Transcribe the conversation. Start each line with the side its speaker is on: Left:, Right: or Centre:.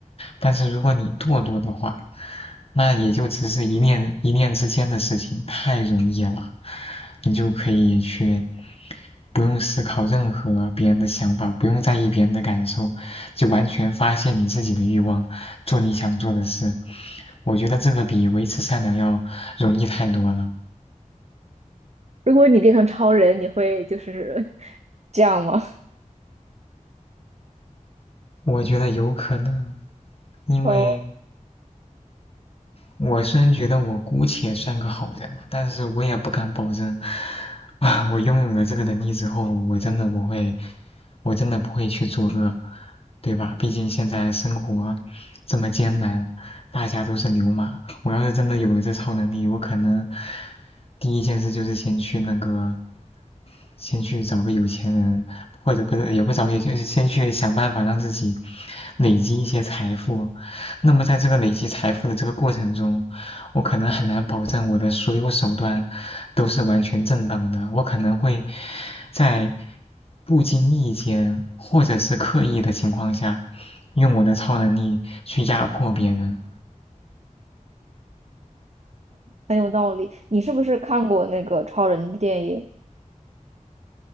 Left: 但是如果你堕落的话，那也就只是一念一念之间的事情，太容易了，你就可以去不用思考任何别人的想法，不用在意别人的感受，就完全发现你自己的欲望，做你想做的事。我觉得这个比维持善良要容易太多了，
Right: 如果你变成超人，你会就是 <laughs> 这样吗？
Left: 我觉得有可能，因为。
Right: 哦，
Left: 我虽然觉得我姑且算个好人，但是我也不敢保证，啊，我拥有了这个能力之后，我真的不会，我真的不会去作恶，对吧？毕竟现在生活这么艰难，大家都是牛马。我要是真的有了这超能力，我可能第一件事就是先去那个先去找个有钱人，或者不是也不找，也就是先去想办法让自己累积一些财富。那么在这个累积财富的这个过程中，我可能很难保证我的所有手段都是完全正当的，我可能会在不经意间或者是刻意的情况下，用我的超能力去压迫别人。
Right: 很有道理。你是不是看过那个超人的电影？